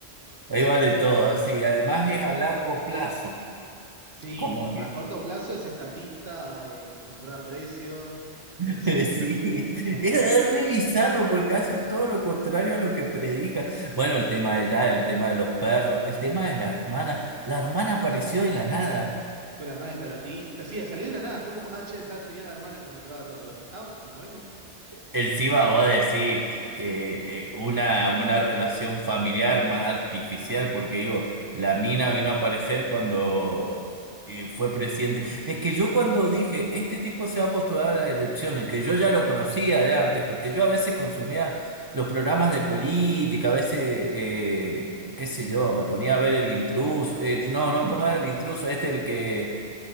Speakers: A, on the right; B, on the right.
A: Ahí vale todo, así. Además es a largo plazo.
B: Sí,
A: Como que
B: a corto plazo es estatista, eh, controla precios,
A: <laughs>
B: es, <laughs>
A: sí, es es re bizarro porque hacen todo lo contrario a lo que predica. Bueno, el tema de ya, el tema de los perros, el tema de la hermana. La hermana apareció de la nada.
B: bueno, la hermana es tarotista. Sí, salió de la nada, fue como, ah, che, está- tenía la hermana que controlaba todo. Y vos decís, ah, bueno,
A: Encima vos decís eh, eh, una, una relación familiar más artificial, porque digo, la mina vino a aparecer cuando eh, fue presidente. Es que yo cuando dije, este tipo se va a postular a las elecciones, que yo ya lo conocía de antes, porque yo a veces consumía los programas de política, a veces, eh, qué sé yo, me ponía a ver el intruso, eh, no, no, ¿cómo era el intruso? Este el que